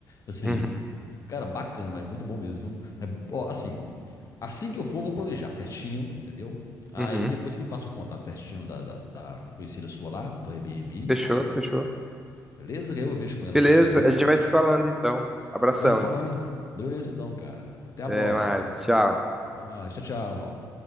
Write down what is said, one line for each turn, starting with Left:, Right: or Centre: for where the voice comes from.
Left: Assim,
Centre: Uhum.
Left: cara, bacana, mas muito bom mesmo. viu? Mas, ó, assim, assim que eu for, eu vou planejar certinho, entendeu? Aí
Centre: Uhum.
Left: depois você me passa o contato certinho da, da, da conhecida sua lá, do Airbnb,
Centre: Fechou, fechou.
Left: beleza? Que aí eu vejo com ela
Centre: Beleza,
Left: certinho também.
Centre: a gente vai se falando então. Abração.
Left: Vai se falando. Beleza então, cara. Até a
Centre: Até
Left: próxima.
Centre: mais. Tchau.
Left: Até mais. Tchau, tchau.